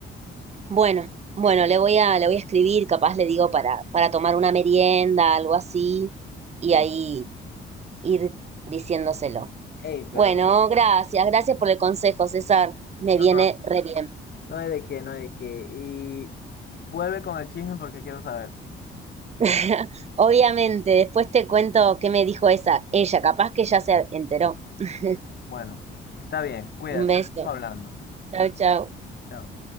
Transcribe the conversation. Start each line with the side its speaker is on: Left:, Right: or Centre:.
Right: Bueno, bueno, le voy a, le voy a escribir, capaz le digo para, para tomar una merienda, algo así, y
Left: Sí.
Right: ahí ir diciéndoselo.
Left: Ey,
Right: Bueno,
Left: pero
Right: gracias, gracias por el consejo, César. Me
Left: No,
Right: viene
Left: no
Right: re bien.
Left: no hay de qué, no hay de qué. Y vuelve con el chisme porque quiero saber.
Right: <laughs> Obviamente, después te cuento qué me dijo esa, ella, capaz que ya se enteró. <laughs>
Left: Bueno, está bien, cuídate,
Right: Un beso.
Left: estamos hablando.
Right: Chao, chao.
Left: Chao.